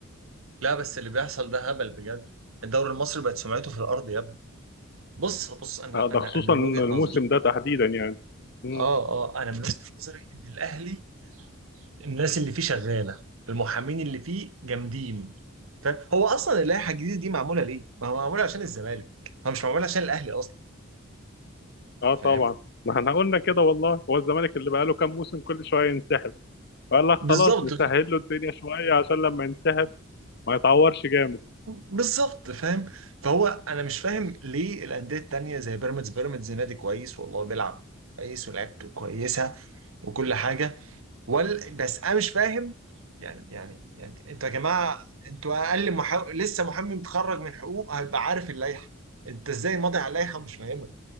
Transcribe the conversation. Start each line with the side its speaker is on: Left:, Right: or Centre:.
Right: لا بس اللي بيحصل ده هبل بجد الدوري المصري بقت سمعته في الارض يا ابني بص بص انا
Left: آه
Right: انا
Left: ده خصوصا
Right: انا من
Left: الموسم
Right: وجهه نظري
Left: ده تحديدا يعني مم.
Right: اه اه انا من وجهه نظري ان الاهلي الناس اللي فيه شغاله المحامين اللي فيه جامدين فاهم هو اصلا اللائحه الجديده دي معموله ليه ما هو معموله عشان الزمالك هو مش معموله عشان الاهلي اصلا
Left: اه
Right: فاهم
Left: طبعا ما احنا قلنا كده والله هو الزمالك اللي بقاله كام موسم كل شويه ينسحب قال لك خلاص
Right: بالظبط
Left: نسهل له الدنيا شويه عشان لما ينسحب ما يتعورش جامد
Right: بالظبط فاهم فهو انا مش فاهم ليه الانديه التانيه زي بيراميدز بيراميدز نادي كويس والله بيلعب كويس ولعبته كويسه وكل حاجه وال بس انا مش فاهم يعني يعني يعني انتوا يا جماعه انتوا اقل محا... لسه محامي متخرج من حقوق هيبقى عارف اللائحه انت ازاي ماضي على اللائحه ومش فاهمها